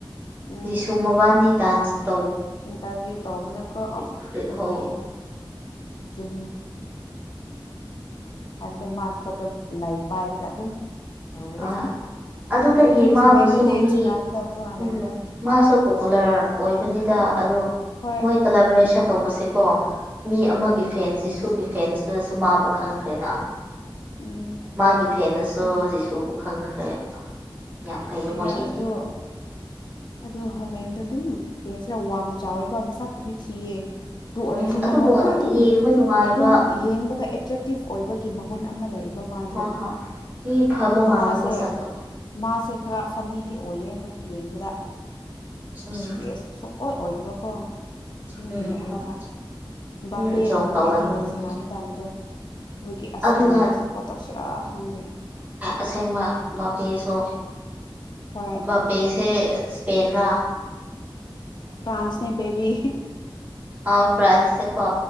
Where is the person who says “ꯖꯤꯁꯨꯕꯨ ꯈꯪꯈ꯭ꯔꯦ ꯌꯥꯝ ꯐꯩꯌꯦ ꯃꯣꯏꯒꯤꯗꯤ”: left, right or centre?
Right